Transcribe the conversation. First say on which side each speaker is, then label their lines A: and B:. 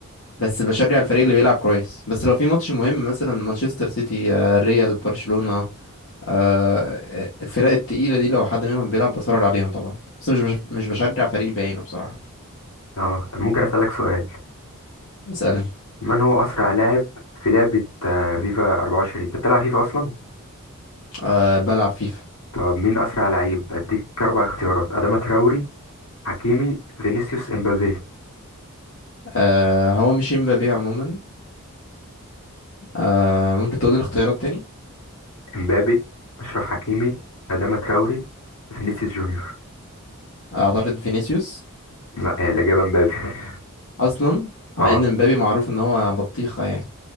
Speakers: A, on the left; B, on the left.
A: بس بشجع الفريق اللي بيلعب كويس بس لو في ماتش مهم مثلا مانشستر سيتي آه، ريال برشلونه أه الفرق التقيله دي لو حد منهم بيلعب بتفرج عليهم طبعا بس مش بش... مش بشجع فريق بعينه بصراحه
B: اه طب ممكن اسالك سؤال
A: اسالني
B: من هو اسرع لاعب في لعبه آه، فيفا 24 انت بتلعب فيفا اصلا
A: أه بلعب فيفا
B: طب مين اسرع لعيب اديك اربع اختيارات اداما تراوري حكيمي فينيسيوس امبابي
A: أه هو مش امبابي عموما آه ممكن تقول لي الاختيارات تاني
B: امبابي اشرف حكيمي اداما تراوري فينيسيوس جونيور
A: آه، اعترض فينيسيوس
B: لا هي الاجابه امبابي <laughs>
A: اصلا مع
B: اه
A: ان مبابي معروف ان هو بطيخة يعني